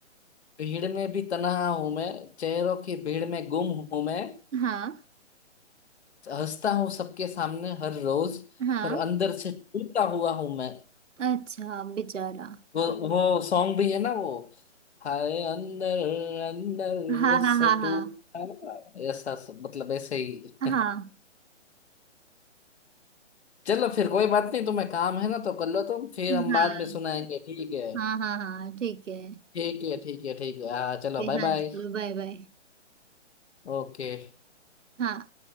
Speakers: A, on the left (about 60°); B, on the right (about 80°).
A: भीड़ में भी तन्हा हूं मैं चेहरों की भीड़ में गुम हूं मैं
B: हाँ
A: हंसता हूँ सबके सामने हर रोज
B: हाँ
A: और अंदर से टूटा हुआ हूं मैं
B: अच्छा बेचारा
A: वो वो सॉन्ग भी है ना वो हाय अंदर अंदर
B: हाँ हाँ
A: से
B: हाँ
A: टूटा
B: हाँ
A: हुआ", ऐसा स- मतलब ऐसे ही
B: हाँ
A: चलो फिर कोई बात नहीं तुम्हें काम है ना तो कर लो तुम फिर
B: हाँ
A: हम बाद में सुनाएंगे ठीक है
B: हाँ हाँ हाँ ठीक है
A: ठीक है ठीक है ठीक है हाँ चलो
B: फिर
A: बाय
B: हाँ
A: बाय
B: चलो बाय बाय
A: ओके
B: हाँ